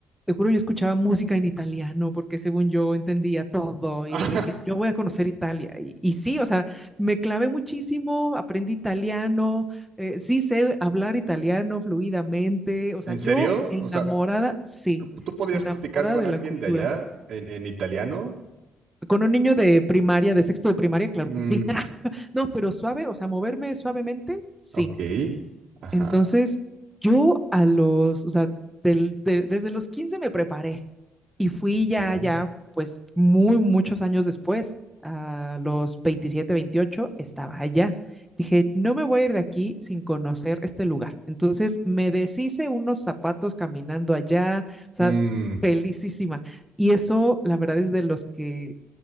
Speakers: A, in the centre; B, on the right.
A: te juro, yo escuchaba música en italiano porque según yo entendía todo
B: Ah,
A: y era de que yo voy a conocer Italia. Y, y sí, o sea, me clavé muchísimo, aprendí italiano, eh, sí sé hablar italiano fluidamente, o sea,
B: ¿en
A: yo
B: serio?
A: enamorada,
B: O sea,
A: sí,
B: ¿tú, tú podías
A: enamorada
B: platicar con
A: de
B: alguien
A: la cultura.
B: de allá en, en italiano?
A: Con un niño de primaria, de sexto de primaria, claro
B: Mm,
A: que sí. <laughs> No, pero suave, o sea, moverme suavemente, sí.
B: ok, ajá,
A: Entonces, yo a los, o sea, del- de- desde los 15 me preparé y fui
B: ok.
A: ya, ya, pues muy, muchos años después, a los 27, 28 estaba allá. Dije, no me voy a ir de aquí sin conocer este lugar. Entonces, me deshice unos zapatos caminando allá, o sea,
B: Mm,
A: felicísima. Y eso, la verdad, es de los que